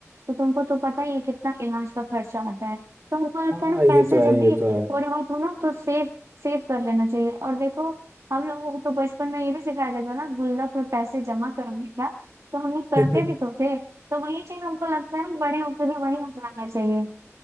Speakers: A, on the right; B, on the right.
A: तो तुमको तो पता ही है कितना इलाज का खर्चा आता है तो हमको लगता
B: हाँ
A: है ना
B: ये
A: पैसे
B: तो है
A: जब
B: ये
A: भी थोड़े
B: तो
A: बहुत हो ना तो सेव सेव कर लेना चाहिए और देखो हम लोगों को तो बचपन में ये भी सिखाया जाता है ना गुल्लक में पैसे जमा करो बेटा तो हम लोग करते
B: है <laughs>
A: भी तो थे तो वही चीज हमको लगता है ना बड़े होकर भी वही अपनाना चाहिए